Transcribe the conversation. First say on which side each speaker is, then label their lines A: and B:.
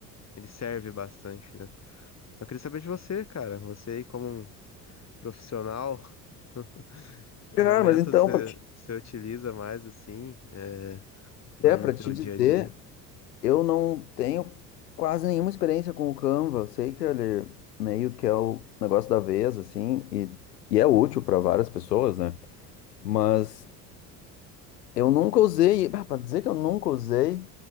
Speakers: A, on the left (about 30°); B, on the left (about 70°).
A: ele serve bastante, né. Eu queria saber de você, cara, você aí como um profissional, <laughs> que
B: Cara,
A: ferramenta
B: mas então,
A: você,
B: para te,
A: você utiliza mais, assim, é, no,
B: é,
A: no
B: para
A: teu
B: te dizer,
A: dia a dia?
B: eu não tenho quase nenhuma experiência com o Canva. Eu sei que ele meio que é o negócio da vez, assim, e, e é útil para várias pessoas, né? Mas eu nunca usei, ah, para dizer que eu nunca usei,